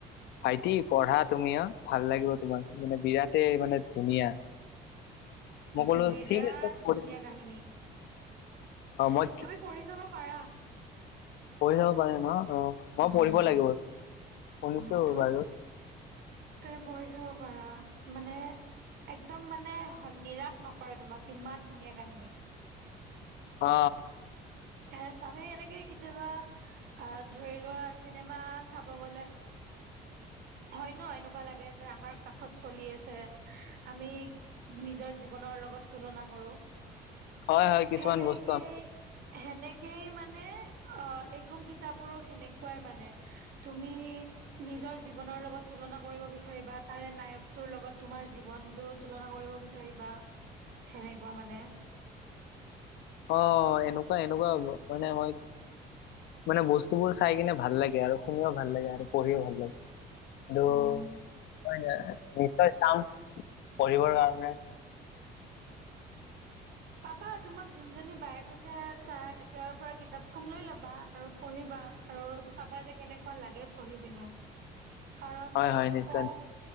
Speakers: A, on the left; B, on the right.
A: ভাইটি পঢ়া তুমি অহ ভাল লাগিব তোমাৰ মানে বিৰাটেই মানে ধুনীয়া <inaudible>
B: উম
A: ক'লো
B: বিৰাট
A: ঠিক আছে পঢ়ি
B: ধুনীয়া কাহিনী
A: অ
B: তুমি
A: মই
B: পঢ়ি চাব পাৰা
A: পঢ়ি চাব পাৰে ন অহ মই
B: উম
A: পঢ়িব লাগিব শুনিছো
B: উম তুমি
A: বাৰুত
B: তুমি পঢ়ি চাব পাৰা মানে একদম মানে নিৰাশ নকৰে তোমাক ইমান ধুনীয়া কাহিনী
A: অ
B: এ আমি এনেকে কেতিয়াবা আহ ধৰি লোৱা চিনেমা চাব গলে হয় ন এনেকুৱা লাগে যে আমাক। কাষত চলি আছে আমি নিজৰ জীৱনৰ লগত তুলনা কৰো
A: হয় হয় কিছুমান
B: সেনেকে
A: বস্তু আম-
B: সেনেকেই মানে অ এইখন কিতাপৰো সেনেকুৱাই মানে তুমিহ। নিজৰ জীৱনৰ লগত তুলনা কৰিব বিচাৰিবা তাৰে নায়কটোৰ লগত তোমাৰ জীৱনতো তুলনা বিচাৰ সনেকুৱা মানে
A: অ এনেকুৱা এনেকুৱা হ'ব মানে মই মানে বস্তুবোৰ চাই কিনে ভাল লাগে আৰু শুনও ভাল লাগে আৰু পঢ়িও ভাল লাগে কিন্তু
B: উম
A: নিশ্চয় চাম পঢ়িবৰ কাৰণে।
B: পাপা তোমাক যোনজনী বায়েক কৈছে তাই তেওঁৰ পৰা কিতাপ খন লৈ লবা আৰু পঢ়িবা আৰু চাবা যে কেনেকুৱ লাগ তাকে পঢ়ি পিনে
A: <inaudible>
B: কাৰণ
A: হয়
B: মইতো
A: হয় নিশ্চয়
B: কওঁ